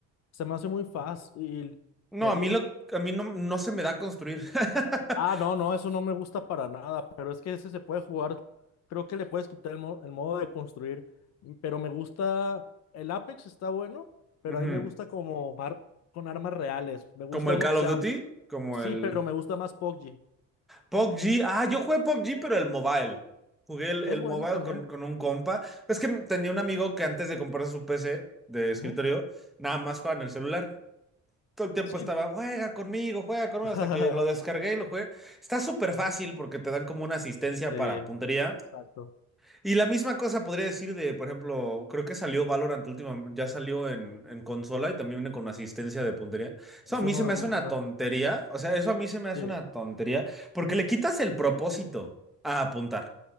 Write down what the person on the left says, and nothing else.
se me hace muy fácil.
Me,
gu-
Ah, no, no, eso no me gusta para nada, pero es que ese se puede jugar. Creo que le puedes quitar el, mo- el modo de construir, mm, pero me gusta, el Apex está bueno, pero
a mí me gusta como mar- con armas reales. Me gusta
uno
que sea,
sí,
pero me gusta más PUBG.
Es
bueno
también.
Ujú.
Sí.
<laughs>
Sí,
exacto.
Eso
no
me gusta.
Sí.